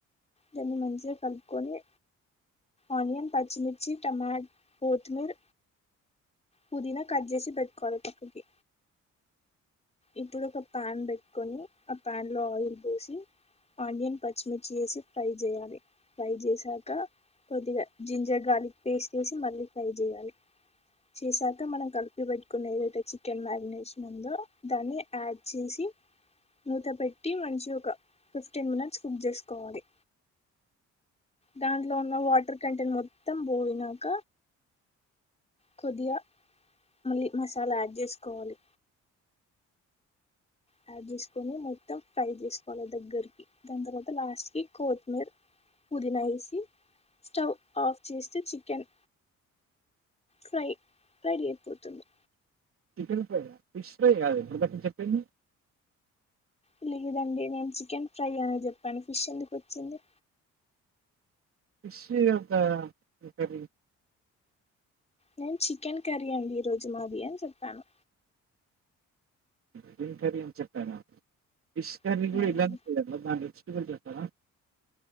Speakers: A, on the left (about 20°); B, on the right (about 45°).
A: దాన్ని మంచిగా కలుపుకొని ఆనియన్ పచ్చిమిర్చి టమాటా కొత్తిమీర పుదీనా కట్ చేసి పెట్టుకోవాలి పక్కకి ఇప్పుడు ఒక ప్యాన్ పెట్టుకొని ఆ ప్యాన్ లో ఆయిల్ పోసి ఆనియన్ పచ్చిమిర్చి వేసి ఫ్రై చేయాలి ఫ్రై చేసాక కొద్దిగా జింజర్ గార్లిక్ పేస్ట్ వేసి మళ్ళీ ఫ్రై చేయాలి చేసాక మనం కలిపి పెట్టుకునే ఏదైతే చికెన్ మ్యారినేషన్ ఉందో దాన్ని యాడ్ చేసి మూత పెట్టి మంచిగా ఒక ఫిఫ్టీన్ మినిట్స్ కుక్ చేసుకోవాలి దాంట్లో ఉన్న వాటర్ కంటెంట్ మొత్తం పోయినాక కొద్దిగా మలి మసాలా యాడ్ చేసుకోవాలి యాడ్ చేసుకొని మొత్తం ఫ్రై చేసుకోవాలి దగ్గరికి దాని తర్వాత లాస్ట్ కి కొత్తిమీర పుదీనా వేసి స్టవ్ ఆఫ్ చేస్తే చికెన్ ఫ్రై ఫ్రై రెడీ అయిపోతుంది
B: చికెన్ ఫ్రై ఫిష్ ఫ్రై కాద ఇప్పటిదాక చెప్పింది
A: తెలిదండి నేను చికెన్ ఫ్రై అని చెప్పాను ఫిష్ ఎందుకు వచ్చింది
B: ఫిష్ ఏట ప్రిపేర్
A: నేను చికెన్ కరీ అండి ఈ రోజు మది అని చెప్పాను
B: చికెన్ కర్రీ చెప్పారా ఫిష్ కర్రీ
A: చెప్పాను
B: కూడా ఎలా <unintelligible>